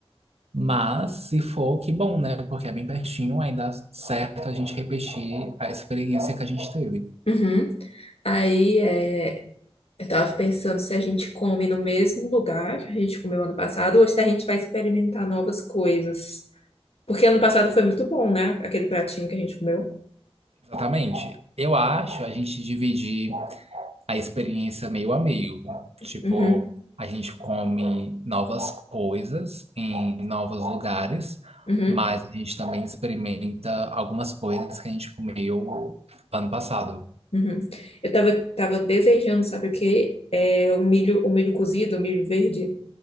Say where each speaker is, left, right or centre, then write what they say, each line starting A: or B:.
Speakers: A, on the right; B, on the left.
A: Mas se for, que bom, né? Porque é bem pertinho, ainda dá certo a gente repetir a experiência que a gente teve.
B: Uhum. Aí é, eu tava pensando se a gente come no mesmo lugar que a gente comeu ano passado ou se a gente vai experimentar novas coisas. Porque ano passado foi muito bom, né? Aquele pratinho que a gente comeu.
A: Exatamente. Eu acho a gente dividir a experiência meio a meio. Tipo,
B: Uhum,
A: a gente come novas coisas em novos lugares,
B: uhum,
A: mas a gente também experimenta algumas coisas que a gente comeu ano passado.
B: uhum. Eu tava, tava desejando, sabe o quê? É, o milho, o milho cozido, o milho verde.